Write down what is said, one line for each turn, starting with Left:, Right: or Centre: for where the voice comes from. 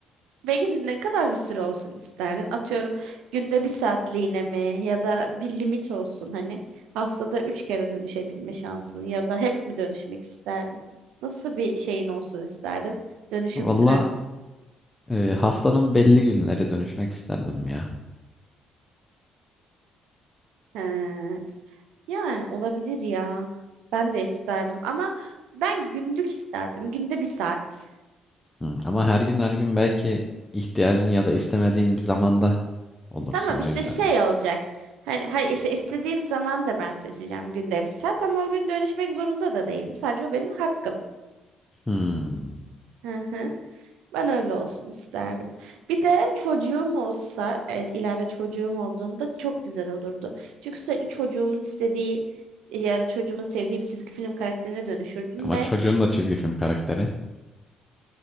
Right: Peki ne kadar bir süre olsun isterdin? Atıyorum günde bir saatliğine mi ya da bir limit olsun hani haftada üç kere dönüşebilme şansın ya da hep mi dönüşmek isterdin? Nasıl bir şeyin olsun isterdin? Dönüşüm
Left: Valla
Right: süren.
Left: Ee, haftanın belli günleri dönüşmek isterdim ya.
Right: He, yani olabilir ya. Ben de isterdim ama ben günlük isterdim. Günde bir saat.
Left: Hı, Ama her gün her gün belki ihtiyacın ya da istemediğin bir zamanda olursun
Right: Tamam
Left: o
Right: işte
Left: yüzden.
Right: şey olacak. Hani hayır işte istediğim zaman da ben seçeceğim günde bir saat ama o gün dönüşmek zorunda da değilim. Sadece o benim hakkım.
Left: Hmm.
Right: Hı hı. Ben öyle olsun isterdim. Bir de çocuğum olsa, e, ileride çocuğum olduğunda çok güzel olurdu. Çünkü sürekli çocuğumun istediği ya da çocuğumun sevdiği bir çizgi film karakterine dönüşürdüm
Left: Ama
Right: ve
Left: çocuğun da çizgi film karakteri.